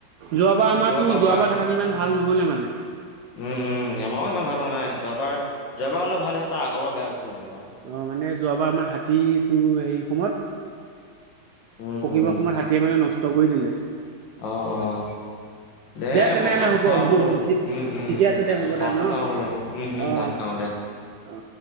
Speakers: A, on the right; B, on the left.
A: যোৱাবাৰ আমাৰতো
B: কম
A: যোৱাবাৰ
B: বা
A: ধান ইমান ভাল নহ'লে মানে।
B: উম, উম, আমাৰো ইমান ভাল হোৱা নাই যোৱাবাৰ যোৱাবাৰ ওলপ ভাল হৈছে তাৰ আগৰবাৰ বেয়া হৈছিল ধান বাৰু।
A: অ, ' মানে যোৱাবাৰ আমাৰ হাতীটো হেৰী সময়ত।
B: উম
A: পকিবৰ
B: উম
A: সময়ত হাতীয়ে মানে নষ্ট কৰি দিলে।
B: অ, 'অ'। দে
A: তেনেহ'লে
B: মই ভাত
A: হ'ব
B: খাওঁ
A: হ'ব
B: বোলো
A: ঠিক
B: উম, উম,
A: ঠিকে আছে দে হ'ব
B: ভাতো
A: দে ন
B: খাওঁ বোলো উম,
A: অ',
B: উম, ভাত খাওঁ দে।
A: অ'।